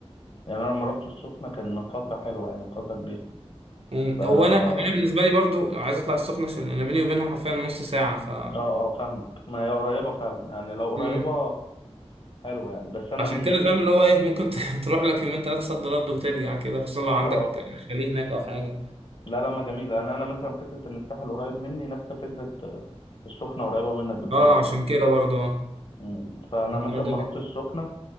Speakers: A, on the left (about 50°); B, on the right (about 60°).
A: يعني انا لما رحت السخنه كان من فتره حلوه يعني من فتره كبيره
B: مم.
A: ف اه
B: هو انا هو انا بالنسبه لي برضو عايز اطلع السخنه عشان انا بيني وبينها حرفيا نص ساعه ف
A: اه فاهمك ما هي قريبه فعلا يعني لو قريبه
B: مم.
A: حلوه يعني بس انا
B: عشان
A: مشكلتي
B: كده فاهم اللي هو ايه ممكن ت- <laughs> تروح لك يومين ثلاثه صد رد وترجع كده خصوصا لو عندك
A: اه آه.
B: شاليه هناك او حاجه
A: لا لا ما جميله انا انا مثلا فكره ان الساحل قريب مني نفس فكره آه، السخنه قريبه منك بالدرجه
B: اه عشان
A: كده
B: كده برضو اه
A: مم. فانا
B: الحوار
A: مثلا
B: ده
A: ما
B: بي-
A: رحت السخنه